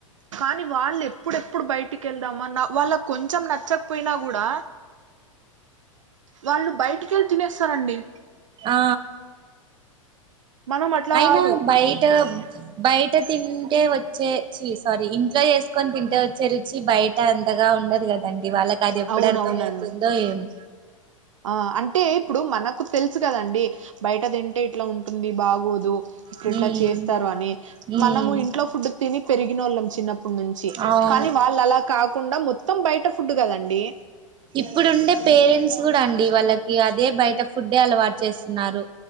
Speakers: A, on the right (about 65°); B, on the right (about 30°).
A: కానీ వాళ్ళు ఎప్పుడెప్పుడు బయటికి వెళ్దామా నా వాళ్ళ కొంచెం నచ్చకపోయినా కూడా వాళ్ళు బయటికెళ్ళి తినేస్తారండి
B: ఆ
A: మనం అట్లా
B: అయినా
A: కాదు
B: బయట బయట తింటే వచ్చే చీ సారీ ఇంట్లో చేసుకొని తింటే వచ్చే రుచి బయ్ ట అంతగా ఉండదు కదండి వాళ్ళకి అది ఎప్పుడర్థంమవుతుందో
A: అవునవునండి
B: ఏమో
A: ఆ అంటే ఇప్పుడు మనకు తెలుసు కదండి బయట తింటే ఇట్ల ఉంటుంది బాగోదు ఇట్ల
B: ఉమ్
A: ఇట్ల చేస్తారు అని
B: ఉమ్
A: మనము ఇంట్లో ఫుడ్ తిని పెరిగినోళ్ళము చిన్నప్పడు నుంచి
B: అవును
A: కానీ వాళ్ళలా కాకుండా మొత్తం బయట ఫుడ్ కదండి
B: ఇప్పుడు ఉండే పేరెంట్స్ కూడా అండి వాళ్ళకి అదే బయట ఫుడ్డే అలవాటు చేస్తున్నారు